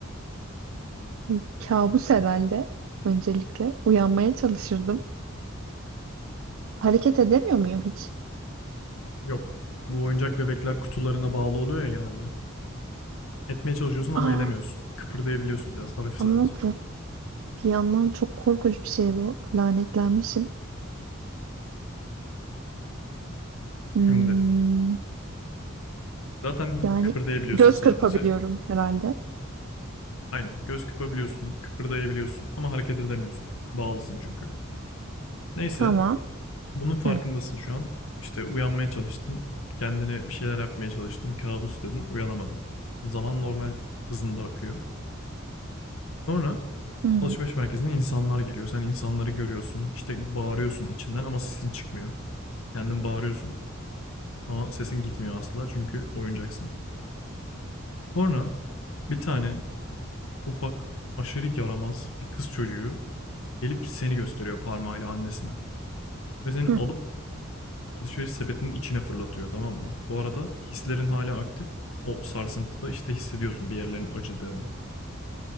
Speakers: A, on the right; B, on the left.
A: bu kabus herhalde. Öncelikle uyanmaya çalışırdım. Hareket edemiyor muyum hiç?
B: Yok. Bu oyuncak bebekler kutularına bağlı oluyor ya genelde. Etmeye çalışıyorsun ama
A: Ah,
B: edemiyorsun. Kıpırdayabiliyorsun biraz hafif sadece.
A: ama bu bir yandan çok korkunç bir şey bu. Lanetlenmişim. Hmm,
B: Şimdi Zaten
A: yani
B: kıpırdayabiliyorsun
A: göz
B: sadece.
A: kırpabiliyorum herhalde.
B: Aynen. Göz kıpabiliyorsun, kıpırdayabiliyorsun ama hareket edemiyorsun. Bağlısın çünkü. Neyse,
A: Tamam.
B: bunun farkındasın
A: Hı,
B: şu an. İşte uyanmaya çalıştın, kendine bir şeyler yapmaya çalıştın, kabus dedin, uyanamadın. Zaman normal hızında akıyor. Sonra
A: hı,
B: alışveriş merkezine insanlar geliyor. Sen insanları görüyorsun. İşte bağırıyorsun içinden ama sesin çıkmıyor. Kendin bağırıyorsun ama sesin gitmiyor asla çünkü oyuncaksın. Sonra bir tane Ufak, aşırı yaramaz bir kız çocuğu gelip seni gösteriyor parmağıyla annesine. Ve seni
A: hı.
B: alıp alışveriş sepetinin içine fırlatıyor tamam mı? Bu arada hislerin hala aktif. O sarsıntıda işte hissediyorsun bir yerlerin acıdığını.